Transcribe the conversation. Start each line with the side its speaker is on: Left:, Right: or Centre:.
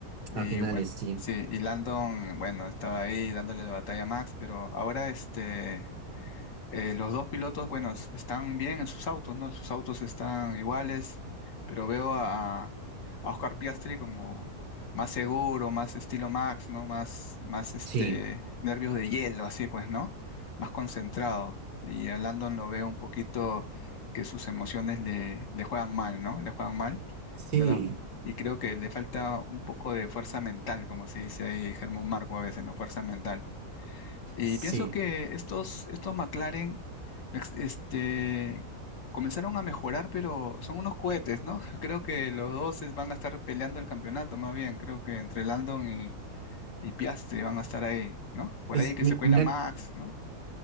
Left: Y
Right: a finales,
Left: bueno,
Right: sí,
Left: sí, y Landon, bueno, estaba ahí dándole la batalla a Max, pero ahora este, eh, los dos pilotos, bueno, es- están bien en sus autos, ¿no? Sus autos están iguales, pero veo a, a Oscar Piastri como más seguro, más estilo Max, ¿no? Más, más este,
Right: sí,
Left: nervios de hielo, así pues, ¿no? Más concentrado. Y a Landon lo veo un poquito que sus emociones le, le juegan mal, ¿no? Le juegan mal.
Right: Sí,
Left: No la- y creo que le falta un poco de fuerza mental, como se dice ahí Germán Marco a veces, ¿no? Fuerza mental. Y
Right: sí.
Left: pienso que estos, estos McLaren mex- este, comenzaron a mejorar, pero son unos cohetes, ¿no? <laughs> Creo que los dos es- van a estar peleando el campeonato, más bien. Creo que entre Landon y, y Piastri van a estar ahí, ¿no? Por
Right: Pues
Left: ahí que
Right: mi-
Left: se cuela
Right: mira
Left: Max, ¿no?